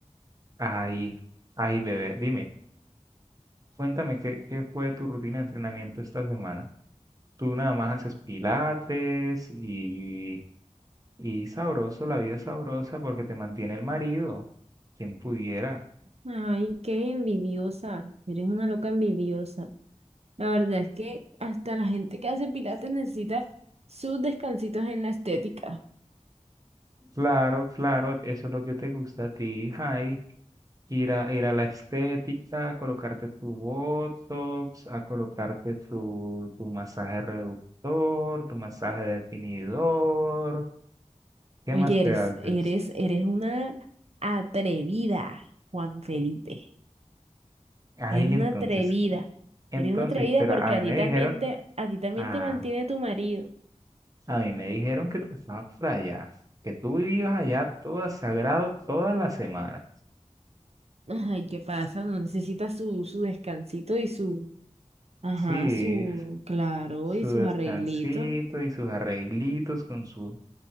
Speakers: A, on the right; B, on the right.
A: Ay, ay, bebé, dime, cuéntame qué, qué fue tu rutina de entrenamiento esta semana. Tú nada más haces pilates y, y sabroso, la vida es sabrosa porque te mantiene el marido. Quien pudiera.
B: Ay, qué envidiosa. Eres una loca envidiosa. La verdad es que hasta la gente que hace pilates necesita sus descansitos en la estética.
A: Claro, claro, eso es lo que te gusta a ti, Jai. Ir a, ir a la estética, a colocarte tu Botox, a colocarte tu, tu masaje reductor, tu masaje definidor. ¿Qué
B: Oye,
A: más te
B: eres,
A: haces?
B: eres, eres una atrevida, Juan Felipe.
A: Ay,
B: Eres una
A: entonces,
B: atrevida.
A: ¿qué? entonces,
B: Eres una atrevida
A: pero
B: porque
A: a mí
B: a ti
A: me
B: también
A: dijeron,
B: te, a ti también
A: ah,
B: te mantiene tu marido.
A: a mí me dijeron que tú estabas por allá, que tú vivías allá todo sagrado toda la semana.
B: Ay, ¿qué pasa? Uno necesita su, su descansito y su, ajá,
A: Sí,
B: su, claro,
A: su
B: y sus
A: descansito
B: arreglitos.
A: y sus arreglitos con su